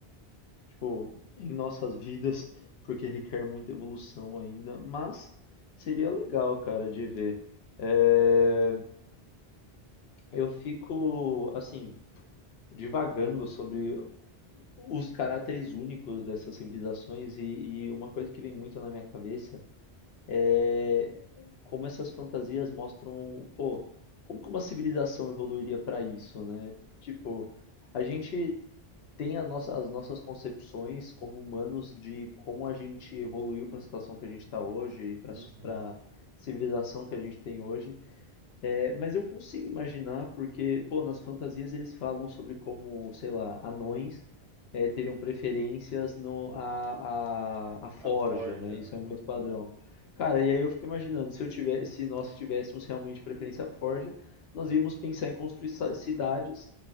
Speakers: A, on the left (about 75°); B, on the right (about 85°).
A: tipo, em nossas vidas, <laughs> porque requer muita evolução ainda, mas seria legal, cara, de ver. É, eu fico, assim, divagando sobre os caracteres únicos dessas civilizações e, e uma coisa que vem muito na minha cabeça é, como essas fantasias mostram, pô, como que uma civilização evoluiria para isso, né? Tipo, a gente tem a nossa- as nossas concepções como humanos de como a gente evoluiu para a situação que a gente está hoje e para
B: Uhum.
A: a civilização que a gente tem hoje. É, mas eu consigo imaginar, porque, pô, nas fantasias eles falam sobre como, sei lá, anões é, teriam preferências no, a, a, a forja,
B: A forja,
A: né? Isso
B: né?
A: é muito padrão. Cara, e aí eu fico imaginando, se eu tivesse, se nós tivéssemos realmente preferência à forja, nós íamos pensar em construir sa- cidades